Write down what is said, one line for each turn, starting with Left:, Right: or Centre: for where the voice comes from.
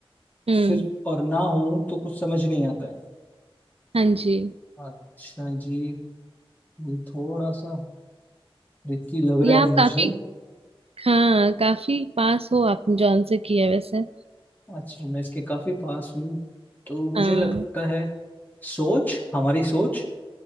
Right: हम्म
Left: फिर और ना हूं तो कुछ समझ नहीं आता है
Right: हाँ जी
Left: अच्छा जी ये थोड़ा सा ट्रिकी लग
Right: ये
Left: रहा है
Right: आप
Left: मुझे
Right: काफी हाँ काफी पास हो आप जॉन से किया वैसे
Left: अच्छा मैं इसके काफी पास हूँ तो मुझे
Right: हाँ
Left: लगता है सोच हमारी सोच